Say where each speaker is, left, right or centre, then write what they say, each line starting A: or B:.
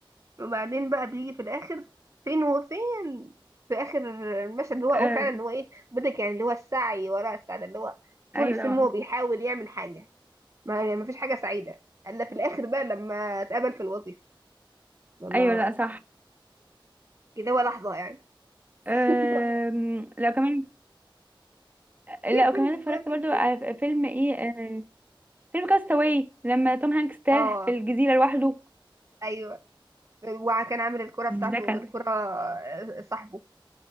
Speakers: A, on the right (about 35°); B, on the right (about 20°).
A: وبعدين بقى بيجي في الآخر فين وفين في آخر المشهد اللي هو هو
B: آه.
A: فعلا هو إيه بدك يعني اللي هو السعي وراء السعادة اللي هو طول
B: ايوه
A: الفيلم
B: طبعا
A: هو بيحاول يعمل حاجة ما يعني ما فيش حاجة سعيدة إلا في الآخر بقى لما اتقبل في الوظيفة لما
B: ايوه لا صح
A: كده هو لحظة يعني <laughs>
B: آم، لا كمان لا
A: في أفلام
B: وكمان اتفرجت
A: في أفلام
B: برضو
A: كتير
B: على فيلم ايه آه. فيلم كاستاوي لما توم هانكس تاه
A: اه
B: في الجزيره لوحده
A: ايوه وكان عامل الكرة بتاعته
B: ده كان
A: الكرة آه، صاحبه